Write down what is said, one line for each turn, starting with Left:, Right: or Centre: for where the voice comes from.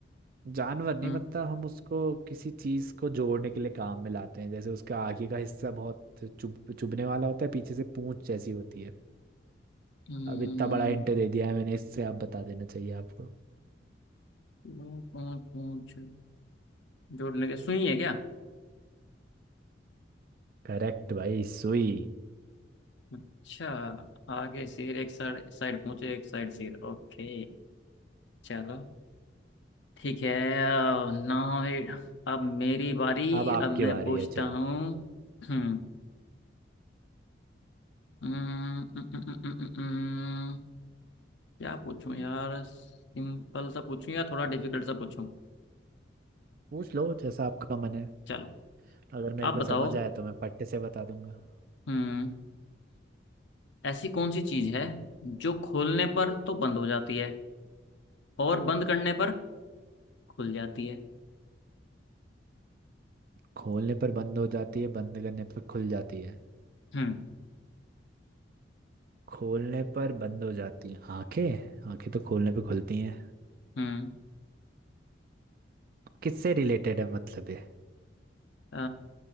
Right: जानवर नहीं
Left: हम्म
Right: मतलब हम उसको किसी चीज को जोड़ने के लिए काम में लाते हैं जैसे उसका आगे का हिस्सा बहुत चुभ चुभने वाला होता है पीछे से पूंछ जैसी होती है
Left: हम्म,
Right: अब इतना बड़ा हिंट दे दिया है मैंने इससे आप बता देना चाहिए आपको
Left: पूंछ पूंछ पूंछ। जोड़ने के सुई है क्या
Right: करेक्ट भाई सुई
Left: अच्छा आगे सिर एक साइड साइड पूंछ एक साइड सिर ओके चलो ठीक है नाउ अब मेरी बारी
Right: अब आपकी
Left: अब मैं
Right: बारी
Left: पूछता
Right: है हम्म, चलो
Left: हूँ हम्म हम्म, हम्म, हम्म, हम्म, हम्म, हम्म, क्या पूछूं यार सिंपल सा पूछूं या थोड़ा डिफिकल्ट सा पूछूं
Right: पूछ लो जैसा आपका मन है
Left: चलो
Right: अगर मेरे
Left: आप
Right: को
Left: बताओ
Right: समझ आया तो मैं फट्टे से बता दूंगा
Left: हम्म ऐसी कौन सी चीज़ है जो खोलने पर तो बंद हो जाती है और बंद करने पर खुल जाती है
Right: खोलने पर बंद हो जाती है बंद करने पर खुल जाती है
Left: हम्म
Right: खोलने पर बंद हो जाती है आंखें आंखें तो खोलने पे खुलती हैं
Left: हम्म
Right: किससे रिलेटेड है मतलब ये
Left: अ,